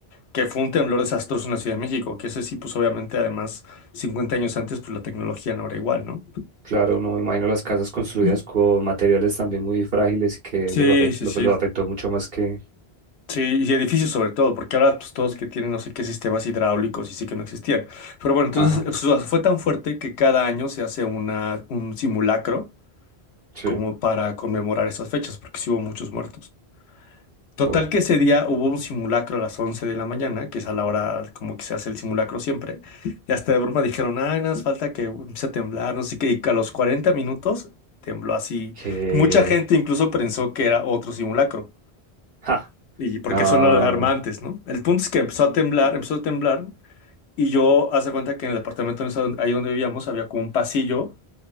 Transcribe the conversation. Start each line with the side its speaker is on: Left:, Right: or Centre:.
Left: que fue un temblor desastroso en la Ciudad de México, que ese sí, pues obviamente además 50 años antes, pues la tecnología no era igual, ¿no?
Right: claro, no me imagino las casas construidas
Left: Y-
Right: con materiales también muy frágiles y que
Left: Sí,
Right: los, afect-
Left: sí,
Right: los
Left: sí.
Right: los afectó mucho más que
Left: Sí, y edificios sobre todo, porque ahora pues todos que tienen no sé qué sistemas hidráulicos y sí que no existían. Pero bueno, entonces
Right: Ajá,
Left: o sea, fue tan fuerte que cada año se hace una, un simulacro
Right: sí.
Left: como para conmemorar esas fechas, porque sí hubo muchos muertos. Total
Right: O
Left: que ese día hubo un simulacro a las 11 de la mañana, que es a la hora como que se hace el simulacro siempre, y hasta de broma dijeron, ay, nada más falta que empiece a temblar, no sé qué, y a los 40 minutos tembló así.
Right: que...
Left: Mucha gente incluso pensó que era otro simulacro,
Right: Ja,
Left: y porque
Right: no.
Left: son alarmantes, ¿no? El punto es que empezó a temblar, empezó a temblar, y yo, hace cuenta que en el apartamento en esa- ahí donde vivíamos había como un pasillo